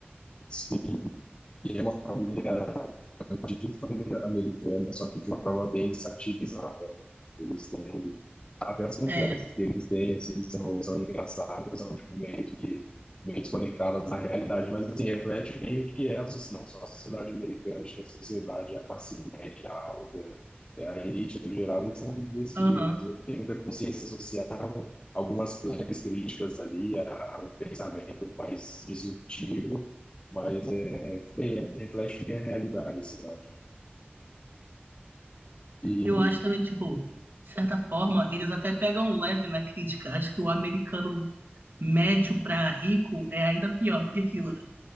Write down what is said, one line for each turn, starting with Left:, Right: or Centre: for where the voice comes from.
Left: se E é uma família, é uma típica família americana, só que de uma forma bem satirizada, né? Eles têm, até as conversas
Right: É,
Left: que eles têm, assim, são, são engraçadas, são tipo, meio que meio desconectadas da realidade, mas assim, reflete bem o que é a sociedade, não só a sociedade americana, acho que a sociedade, a classe média alta, é, a elite no geral, eles são desse
Right: aham.
Left: jeito, não tem muita consciência social, algumas claras críticas ali a- ao pensamento mais disruptivo, mas é, é, reflete bem a realidade, sabe? E
Right: Eu acho também que, tipo, de certa forma, eles até pegam leve na crítica. Acho que o americano médio pra rico é ainda pior do que aquilo.